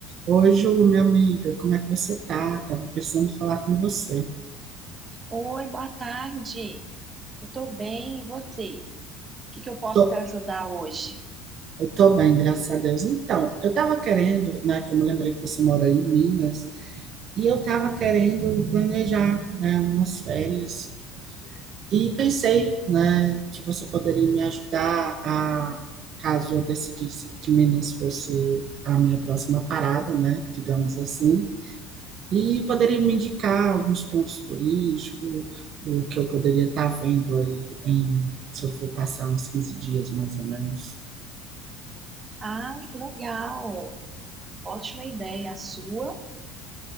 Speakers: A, on the right (about 40°); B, on the right (about 20°).
A: Oi, Ju, minha amiga, como é que você tá? Tava precisando falar com você.
B: Oi, boa tarde. Eu tô bem, e você? O que que eu posso
A: Tô,
B: te ajudar hoje?
A: eu tô bem, graças a Deus. Então, eu tava querendo, né, que eu me lembrei que você mora aí em Minas, e eu tava querendo planejar, né, umas férias. E pensei, né, que você poderia me ajudar a, caso eu decidisse que Minas fosse a minha próxima parada, né, digamos assim. E poderia me indicar alguns pontos turísticos, o que eu poderia estar vendo aí em, se eu for passar uns 15 dias mais ou menos.
B: Ah, que legal. Ótima ideia a sua.